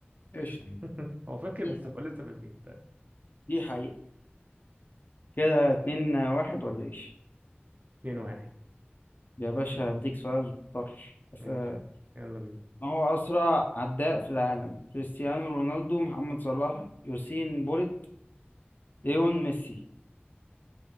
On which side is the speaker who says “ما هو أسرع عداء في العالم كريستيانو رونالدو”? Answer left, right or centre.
Left